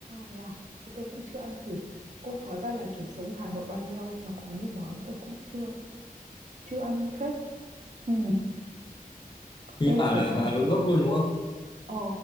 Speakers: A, on the right; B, on the left.
A: thế à? Thế tôi cũng chưa ăn thử. Ôi, hóa ra là kiểu sống ở Hà Nội bao nhiêu lâu mà có nhiều món tôi cũng chưa chưa ăn phết. Ừ.
B: Thì
A: Ê,
B: bà
A: thế
B: là
A: thì
B: Hà Nội gốc luôn đúng không?
A: Ờ,